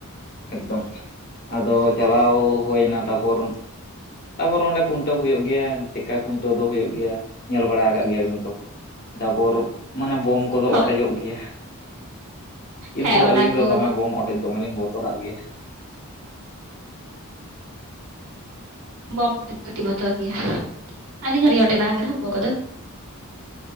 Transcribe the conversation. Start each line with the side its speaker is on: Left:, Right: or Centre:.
Left: ᱮᱠᱫᱚᱢ ᱟᱫᱚ ᱪᱟᱞᱟᱣ ᱦᱩᱭᱱᱟ ᱛᱟᱯᱚᱨᱩᱢ ᱛᱟᱵᱚᱨ ᱚᱸᱰᱮ ᱠᱷᱩᱱᱴᱟᱹᱣ ᱦᱩᱭᱩᱜ ᱜᱮᱭᱟ ᱪᱮᱠᱟ ᱠᱷᱩᱱᱴᱟᱹᱣ ᱫᱚ ᱦᱩᱭᱩᱜ ᱜᱮᱭᱟ ᱧᱮᱞ ᱵᱟᱲᱟ ᱟᱠᱟᱜ ᱜᱮᱭᱟᱵᱤᱱ ᱛᱚ ᱛᱟᱵᱚᱨᱚ ᱢᱟᱱᱮ ᱵᱚᱢ ᱠᱚᱫᱚ
Right: ᱦᱳᱭ
Left: ᱚᱴᱮᱡᱚᱜ ᱜᱮᱭᱟ ᱠᱤᱱᱛᱩ
Right: ᱦᱮᱸ ᱚᱱᱟ
Left: ᱟᱹᱞᱤᱧ ᱫᱚ
Right: ᱠᱚ
Left: ᱫᱚᱢᱮ ᱵᱚᱢ ᱚᱴ ᱠᱟᱹ ᱫᱚᱢᱮ ᱞᱤᱧ ᱵᱚᱛᱚᱨᱟᱜ ᱜᱮᱭᱟ
Right: ᱵᱚᱢ ᱠᱚᱫᱚ ᱠᱟᱹᱴᱤᱡ ᱵᱚᱛᱚᱨ ᱜᱮᱭᱟ ᱟᱹᱞᱤᱧ ᱦᱚᱸ ᱞᱤᱧ ᱚᱴᱮᱡ ᱵᱟᱲᱟ ᱟᱠᱟᱫᱟ ᱵᱚᱢ ᱠᱚᱫᱚ